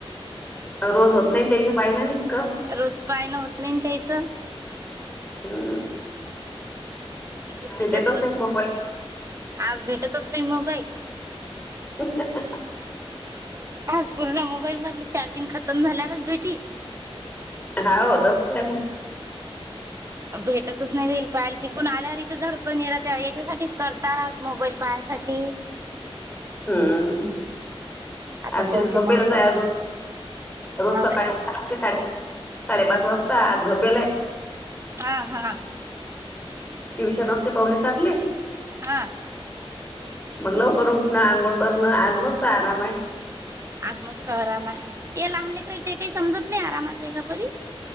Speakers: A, on the left; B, on the right.
A: दरोज होत नाही त्याचं पाय नाही इतकं.
B: रोज पायन होत नाही ना त्यायचं
A: हम्
B: सुट्टकीचा
A: देतच
B: दिवस
A: नाहीत मोबाईल.
B: आज भेटतच नाही मोबाईल.
A: <unintelligible>
B: आज पुर्ण मोबाईल मधले चार्जिंग खतम झाल्यावरच भेटी.
A: हा हो तसंच काय मग.
B: भेटतच नाही राईल पाल ती. कोण आल्यार इथं झड पण रा याच्यासाठीच करतात मोबाईल पाहासाठी.
A: हम्म
B: आता
A: आम
B: पाहू
A: तिथ
B: की
A: झपेलच
B: मग पाहू
A: आहे अजून रोज
B: हा
A: सकाळी
B: काय
A: ते साडे साडेपाच वाजता आज झपेलाय.
B: हा हा.
A: ट्यूचन असते पावुणे सातले.
B: हा.
A: मग लवकर उठना आंघोळ करना आज मस्त आराम आहे.
B: आज मस्त आराम आहे हे लहान लेकराला ते काही समजत नाही आरामाचं आहे का परी.